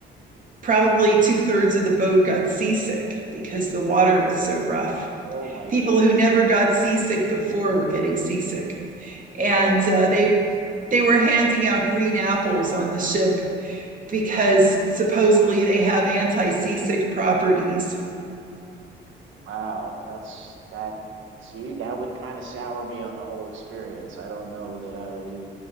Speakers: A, on the right; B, on the right.
A: probably two thirds of the boat got seasick because the water was so rough.
B: Oh my
A: People
B: goodness.
A: who never got seasick before were getting seasick, and
B: Oh my
A: uh,
B: goodness.
A: they they were handing out green apples on the ship because supposedly they have anti-seasick properties.
B: Wow, that's that see, that would kind of sour me on the whole experience. I don't know that I would e